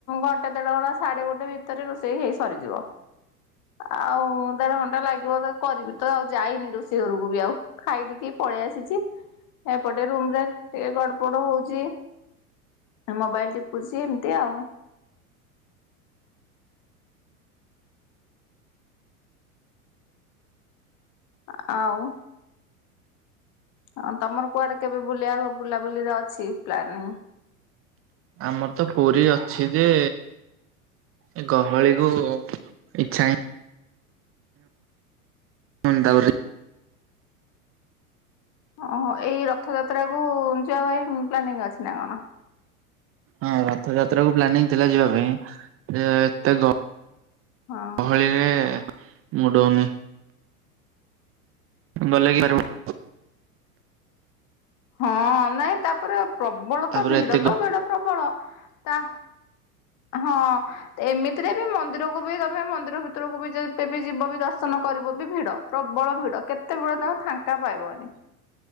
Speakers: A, on the left (about 45°); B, on the right (about 30°).
A: ଘଣ୍ଟେ ଦେଢ ଘଣ୍ଟା ସାଢେ ଗୋଟେ ଭିତରେ ରୋଷେଇ ହେଇ ସରିଯିବ। ଆଉ ଦେଢ ଘଣ୍ଟା ଲାଗିବ କରିବି ତ ଆଉ ଯାଇନି ରୋଷେଇ ରୋଷେଇ ଘରକୁ ବି ଆଉ ଖାଇଦେଇକି ପଳେଇ ଆସିଚି। ଏପଟେ ରୁମ୍ ରେ ଟିକେ ଗଡ ପଡ ହଉଚି ମୋବାଇଲ୍ ଟିପୁଚି ଏମିତି ଆଉ। ଆ- ଆଉ। ହଁ ତମର କୁଆଡେ କେବେ ବୁଲିବା ବୁଲାବୁଲିରେ ଅଛି ପ୍ଲାନିଙ୍ଗ୍?
B: ଆମର ତ ପୁରୀ ଅଛି ଯେ ଏ ଗହଳି କୁ ଇଚ୍ଛା ହିଁ <unintelligible>
A: ଓହୋ ଏଇ ରଥଯାତ୍ରା କୁ ଯିବା ପାଇଁ ପ୍ଲାନିଙ୍ଗ୍ ଅଛି ନା କଣ?
B: ହଁ ରଥଯାତ୍ରା କୁ ପ୍ଲାନିଙ୍ଗ୍ ଥିଲା ଯିବା ପାଇଁ ଏତେ ଗ
A: ହଁ।
B: ଗହଳିରେ ମୁଡ୍ ହଉନି। <unintelligible>
A: ହଁ ନାଇଁ ତାପରେ ପ୍ରବଳ
B: ତାପରେ
A: ତ ଭିଡ
B: ଏତେ ଗ
A: ତ ଭିଡ ପ୍ରବଳ ତା ହଁ। ଏମିତିରେ ବି ମନ୍ଦିରକୁ ବି ତମେ ମନ୍ଦିର ଭିତରକୁ ବି ଯେବେ ବି ଯିବ ବି ଦର୍ଶନ କରିବ ବି ଭିଡ। ପ୍ରବଳ ଭିଡ଼ କେତେବେଳେ ତମେ ଫାଙ୍କା ପାଇବନି।